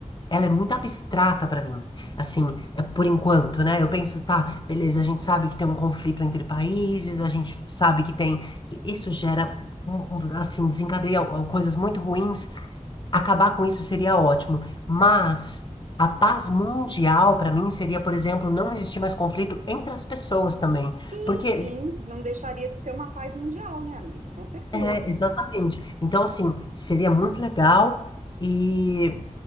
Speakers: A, on the left; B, on the right.
A: ela é muito abstrata para mim. Assim, é por enquanto, né? Eu penso, tá, beleza, a gente sabe que tem um conflito entre países, a gente sabe que tem, que isso gera um- um, assim, desencadeia ó, coisas muito ruins Acabar com isso seria ótimo, mas a paz mundial, para mim, seria, por exemplo, não existir mais conflito entre as pessoas também.
B: Sim,
A: Porque
B: sim, não deixaria de ser uma paz mundial, né, amigo? Com certeza.
A: é, exatamente. Então, assim, seria muito legal e,